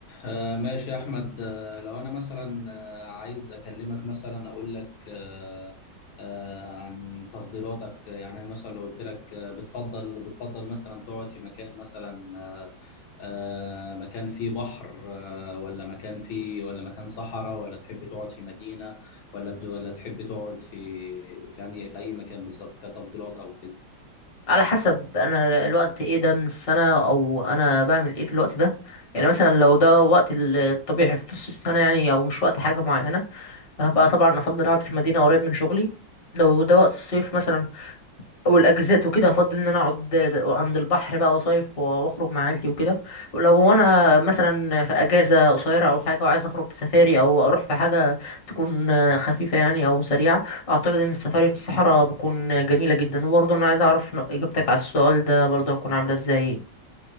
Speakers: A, on the left; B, on the left.
A: آه، ماشي يا أحمد آه، لو أنا مثلا آه، عايز أكلمك مثلا أقول لك آه، آه، عن تفضيلاتك يعني أنا مثلا لو قلت لك آه، بتفضل بتفضل مثلا تقعد في مكان مثلا آه، آه، مكان فيه بحر آه، ولا مكان فيه ولا مكان صحراء ولا تحب تقعد في مدينة ولا ولا تحب تقعد في في يعني في أي مكان بالظبط كتفضيلات أو كده
B: على حسب انا الوقت ايه ده من السنة او انا بعمل ايه في الوقت ده يعني مثلا لو ده وقت ال- الطبيعي في نص السنة يعني او مش وقت حاجة معينة هبقى طبعا افضل اقعد في المدينة قريب من شغلي لو ده وقت الصيف مثلا والاجازات وكده هفضل ان انا اقعد عند البحر بقى وصيف واخرج مع عيلتي وكده ولو انا مثلا في اجازه قصيره او حاجه وعايز اخرج في سفاري او اروح في حاجه تكون خفيفه يعني او سريعه اعتقد ان السفاري في الصحراء بتكون جميله جدا وبرضه انا عايز اعرف اجابتك على السؤال ده برضه هتكون عامله ازاي